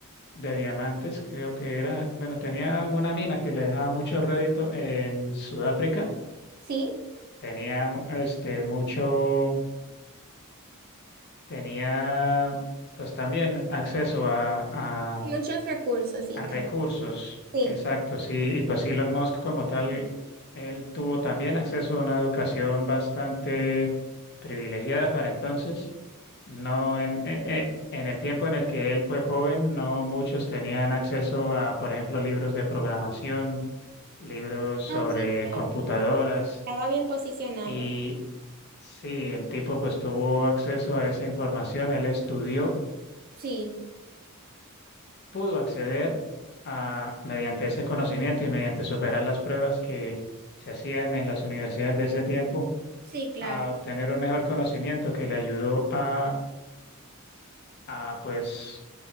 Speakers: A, on the left; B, on the right.
A: de diamantes, creo que era, bueno, tenía alguna mina que le dejaba mucho rédito en Sudáfrica.
B: sí,
A: Tenía este mucho, tenía pues también acceso a, a
B: y muchos recursos y
A: A
B: tal.
A: recursos,
B: Sí,
A: exacto, sí. Y pues Elon Musk como tal, él tuvo también acceso a una educación bastante privilegiada para entonces. No en, e- e- en el tiempo en el que él fue joven, no muchos tenían acceso a, por ejemplo, libros de programación, libros sobre
B: no, sí, claro.
A: computadoras.
B: Estaba bien posicionado.
A: Y sí, el tipo pues tuvo acceso a esa información, él estudió
B: Sí,
A: pudo acceder a, mediante ese conocimiento y mediante superar las pruebas que se hacían en las universidades de ese tiempo,
B: sí, claro.
A: a obtener un mejor conocimiento que le ayudó a, a, pues,